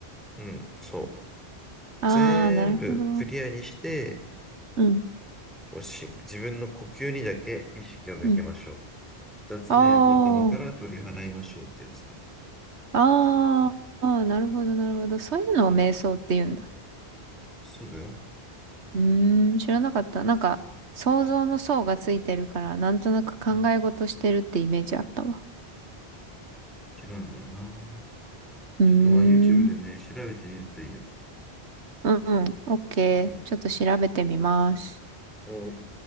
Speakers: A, in the centre; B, on the right.
A: うん、そう。
B: あ。
A: 全部クリアにして、
B: あー、なるほど。うん、
A: こうし自分の呼吸にだけ意識を向けましょう。
B: うん。
A: 雑念を頭から取り払いましょうってやつだよ。
B: あー、ああ、
A: うん
B: あーなるほど、なるほど。そういうのを瞑想って言うんだ。
A: うんそうだよ。
B: うーん、知らなかった。なんか、想像の想がついてるから、なんとなく考え事してるってイメージあったわ。
A: うん、違うんだよな。
B: うー
A: ちょっとまあ YouTube でね、
B: ん。
A: 調べてみるといいよ。
B: うん、オッケー。
A: うん。
B: ちょっと調べてみます。
A: おい